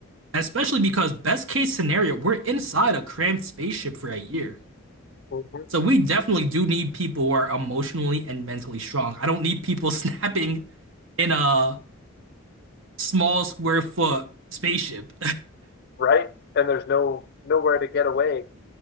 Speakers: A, on the right; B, on the left.
A: especially because, best case scenario, we're inside a cramped spaceship for a year.
B: hmm
A: So we definitely do need people who are emotionally and mentally strong. I don't need people <laughs> snapping in a small square foot spaceship.
B: Right? And there's no nowhere to get away.